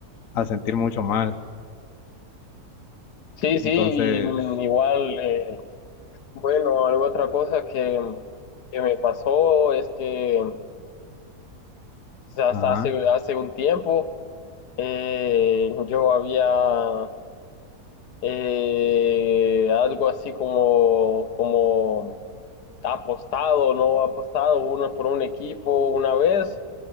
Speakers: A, on the left (about 60°); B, on the left (about 85°).
A: a sentir mucho mal.
B: Sí, sí,
A: Entonces,
B: y, mm, igual, eh, bueno, algo otra cosa que, que me pasó es que quizás
A: ajá.
B: hace, hace un tiempo eh, yo había eh, algo así como, como apostado, ¿no? Apostado una, por un equipo una vez